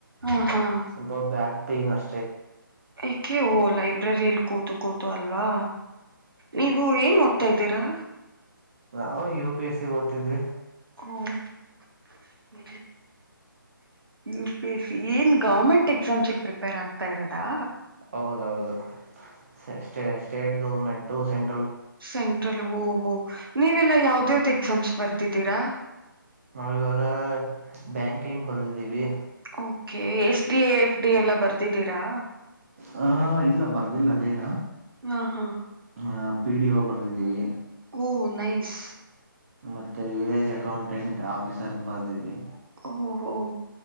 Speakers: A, on the right; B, on the right.
A: ಹಾ ಹಾ
B: ಸ್ವಲ್ಪ ಬ್ಯಾಕ್ ಪೇನ್ ಅಷ್ಟ
A: ಏಕೆ ಹೊ ಲೈಬ್ರರಿಯಲ್ ಕೂತು ಕೂತು ಅಲ್ವಾ ನೀವು ಏನ್ ಓದ್ತಾ ಇದ್ದೀರಾ
B: ನಾವು ಯು ಪಿ ಎಸ್ ಸಿ ಓದ್ತಿದ್ವಿ
A: ಹ್ಮ ಯು ಪಿ ಎಸ್ ಸಿ ಏನ್ ಗೌರ್ಮೆಂಟ್ ಎಕ್ಸಾಮ್ಸ್ಗೆ ಪ್ರಿಪೇರ್ ಆಗ್ತಾ ಇರದಾ
B: ಹೌದೌದು ಸೆ ಸ್ಟೆ ಸ್ಟೇಟ್ ಗೌರ್ಮೆಂಟು ಸೆಂ
A: ಸೆಂಟ್ರಲ್ ಹೋಹೋ ನೀವೆಲ್ಲ ಯಾವ್ದ ಯಾವ್ದು ಎಕ್ಸಾಮ್ಸ್ ಬರ್ದಿದ್ದೀರಾ
B: ನಾವು ಇವಾಗ ಬ್ಯಾಂಕಿಂಗ್ ಬರ್ದಿದ್ದೀವಿ
A: okay S D F D ಎಲ್ಲ ಬರ್ದಿದ್ದೀರಾ
B: ಹ ಇಲ್ಲ ಬರ್ದಿಲ್ಲ ಅದೇನ
A: ಹಾ ಹಾ
B: ಹ ಪಿ ಡಿ ಒ ಬರ್ದಿದ್ದೀವಿ
A: ಓ ನೈಸ್
B: ಮತ್ತೆ ವಿಲೇಜ್ ಅಕೌಂಟೆಂಟ್ ಆಫೀಸರ್ ಬರೆದಿದ್ದಿವಿ
A: ಓಹೋ